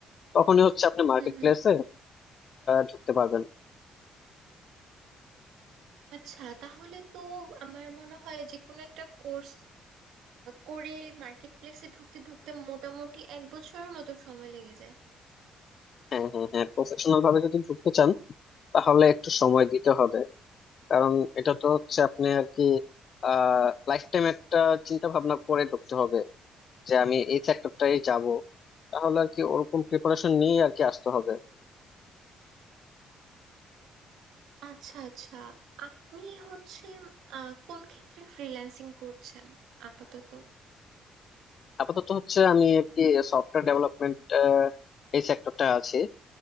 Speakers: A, on the left; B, on the right.
A: তখনই হচ্ছে আপনি মার্কেট
B: হুম হুম
A: প্লেসে ঢুকতে পারবেন
B: আচ্ছা তাহলে তো আমার মনে হয় যে কোনো একটা কোর্স করে মার্কেট প্লেসে ঢুকতে ঢুকতে মোটামুটি এক বছরের মতো সময় লেগে যায়
A: হ্যাঁ হ্যাঁ হ্যাঁ প্রফেশনাল ভাবে যদি ঢুকতে চান তাহলে একটু সময় দিতে হবে কারণ এটা তো হচ্ছে আপনি আর কি আহ লাইফ টাইম একটা চিন্তা ভাবনা করে ঢুকতে হবে যে আমি এই সেক্টরটাই যাব তাহলে আর কি ওরকম প্রিপারেশন নিয়ে আর কি আসতে হবে
B: আচ্ছা আচ্ছা আপনি হচ্ছে আহ, কোন ক্ষেত্রে ফ্রিল্যান্সিং করছেন আপাতত
A: আপাতত হচ্ছে আমি আর কি সফটওয়্যার ডেভেলপমেন্ট এই সেক্টরটা আছি